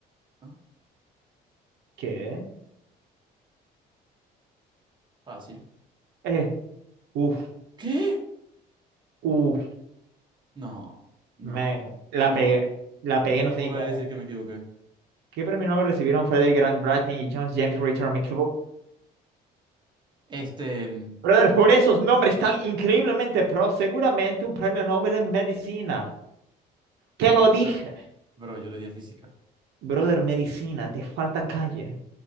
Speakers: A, on the right; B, on the right.
A: Ah,
B: ¿Qué?
A: Fácil.
B: Eh, uf.
A: ¿Qué?
B: Uf,
A: No, no,
B: Man, la
A: no.
B: pegué. La pegué,
A: ¿Cómo
B: no sé
A: me
B: ni
A: voy
B: cómo.
A: a decir que me equivoqué?
B: ¿Qué premio Nobel recibieron Frederick Grant Bratton y John James Richard McKibble?
A: Este, mm,
B: Brother, por esos nombres tan increíblemente pro, seguramente un premio Nobel en medicina. Te lo dije.
A: bro, bro, yo le di a física.
B: Brother, medicina, te falta calle.